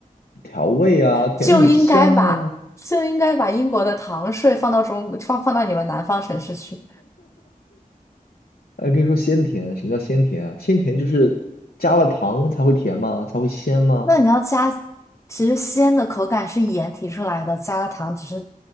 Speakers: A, on the left; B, on the left.
A: 调味啊，甜很香啊，
B: 就应该把就应该把英国的糖税放到中放放到你们南方城市去。
A: 哎，可以说鲜甜。什么叫鲜甜啊？鲜甜就是加了糖才会甜吗？才会鲜吗？
B: 那你要加，其实鲜的口感是盐提出来的，加了糖只是